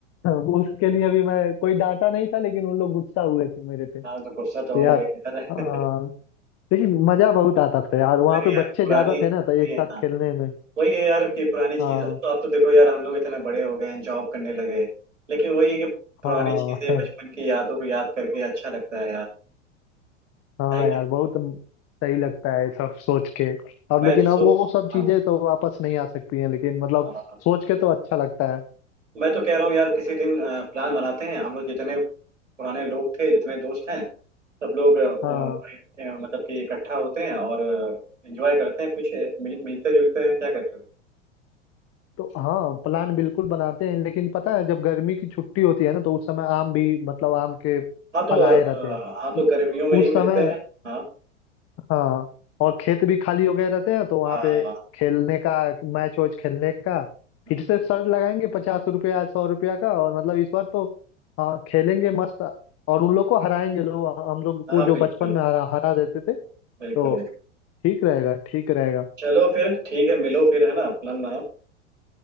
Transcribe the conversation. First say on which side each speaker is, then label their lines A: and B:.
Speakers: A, on the left (about 40°); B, on the right (about 85°).
A: <laughs> उसके लिए भी मैं कोई डांटा नहीं था लेकिन उन लोग गुस्सा हुए थे मेरे
B: हाँ तो गुस्सा तो होंगे
A: यार
B: यार <laughs>
A: हाँ लेकिन मजा बहुत आता था यार वहाँ
B: अरे
A: पे
B: यार
A: बच्चे
B: पुरानी
A: ज्यादा थे ना तो
B: वही
A: एक
B: है
A: साथ
B: ना
A: खेलने में
B: वही है यार कि पुरानी चीज
A: हाँ
B: अब तो अब तो देखो यार हम लोग इतने बड़े हो गए हैं जॉब करने लगे लेकिन वही है कि पुरानी
A: हाँ
B: चीजें बचपन
A: <laughs>
B: की यादों को याद करके अच्छा लगता है यार
A: हाँ
B: है कि
A: यार बहुत सही लगता है ये सब सोच के अब
B: मैं
A: लेकिन
B: तो सो
A: अब वो सब
B: हाँ
A: चीजें तो वापस नहीं आ सकती हैं लेकिन मतलब
B: हाँ हाँ।
A: सोच के तो अच्छा लगता है
B: मैं तो कह रहा हूँ यार किसी दिन प्लान बनाते हैं हम लोग जितने पुराने लोग थे जितने दोस्त हैं सब लोग अ, वो,
A: हाँ
B: भाई, अ, मतलब कि इकट्ठा होते हैं और एंजॉय करते हैं कुछ अ, मिल, मिलते जुलते हैं क्या कहते हो
A: तो हाँ प्लान बिल्कुल बनाते हैं लेकिन पता है जब गर्मी की छुट्टी होती है ना तो उस समय आम भी मतलब आम के
B: हाँ तो
A: फल आए
B: अ,
A: रहते हैं
B: हाँ तो
A: उ-
B: गर्मियों में ही
A: उस
B: मिलते
A: समय
B: हैं हाँ
A: हाँ और खेत भी खाली हो गए रहते हैं तो वहां
B: हाँ
A: पे खेलने का मैच वैच खेलने का
B: हम्म,
A: फिर से शर्त लगाएंगे पचास रुपया सौ रुपया का और मतलब इस बार तो हाँ खेलेंगे मस्त और उन लोग को हराएंगे लोग हम लोग को
B: हाँ
A: जो
B: बिल्कुल
A: बचपन में हरा हरा देते थे तो
B: बिल्कुल
A: ठीक रहेगा ठीक रहेगा
B: चलो फिर ठीक है मिलो फिर है ना प्लान बनाओ